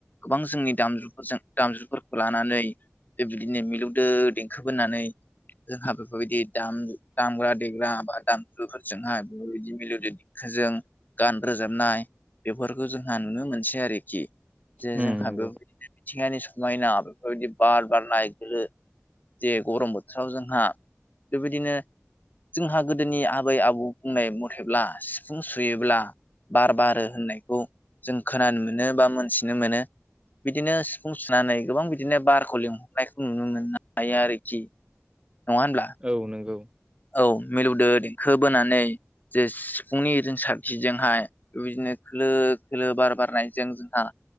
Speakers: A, on the left; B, on the right.
A: गोबां जोंनि दामजुफोरजों दामजुफोरखौ लानानै बे बिदिनो मिलौदो देंखो बोनानै जोंहा बेफोरबायदि दाम-दामग्रा देग्रा बा दामजुफोरजोंहाय बेफोरबायदि मिलुद देंखोजों गान रोजाबनाय बेफोरखौ जोंहा नुनो मोनसै आरोखि। जे
B: उम
A: जोंहाबो
B: नंगौ
A: बेफोरबायदिनो मिथिंगानि समायना बेफोरबायदि बार बारनाय गोलो जे गरम बोथोराव जोंहा बेबायदिनो जोंहा गोदोनि आबै आबौ बुंनाय मथेब्ला सि फुं सुयोब्ला बार बारो होननायखौ जों खोनानो मोनो बा मोनथिनो मोनो। बिदिनो सिफुं सुनानै गोबां बिदिनो बारखौ लिंहरनायखौ नुनो मोन <unintelligible> हायो आरोखि। जि नङा होनब्ला?
B: औ नोंगौ।
A: औ मिलौदो देंखो बोनानै जे सिफुंनि रोंसारथिजोंहाय बेबायदिनो खोलो खोलो बार बारनायजों जोंहा